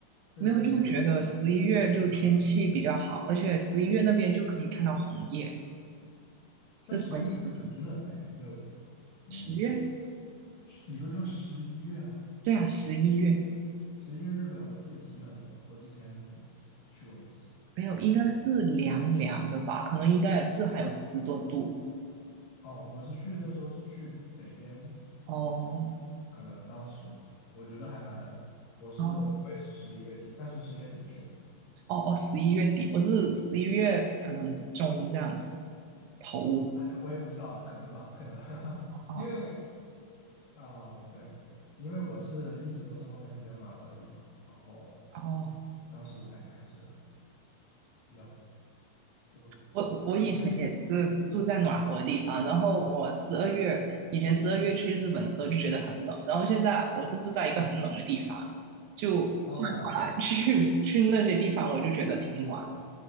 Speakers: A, on the left (about 75°); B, on the right (about 75°).
A: 日本是呃也挺冷，
B: 没有就觉得十一月就天气比较好，而且十一月那边就可以看到红叶，是他们秋天
A: 但十一月日本挺冷的哎，你有嗯，
B: 十月？
A: 是你不是说十一月吗？
B: 对啊，十一月
A: 十一月日本我记得挺冷的，我之前去过一次。
B: 没有，应该是凉凉的吧？可能应该也是还有十多度
A: 哦，我是去那时候是去北边，
B: 哦
A: 嗯，可能当时我觉得还蛮冷的。我是我也是十一月底，
B: 哦
A: 但是十月底去的，
B: 哦哦，十一月底，我是十一月可能中这样子头
A: <laughs> 我也不知道，可能吧，可能，<laughs>
B: 啊，哦
A: 因为，嗯，对对对，因为我是一直都生活在比较暖和的地方嘛，然后
B: 然后。
A: 当时我感觉还是比较冷，我，
B: 我我以前也是住在暖和的地方，
A: 对，我最近，嗯，
B: 然后我十二月以前十二月去日本的时候就觉得很冷，然后现在我是住在一个很冷的地方，就换过来
A: 哦，
B: <laughs> 去去那些地方，我就觉得挺暖。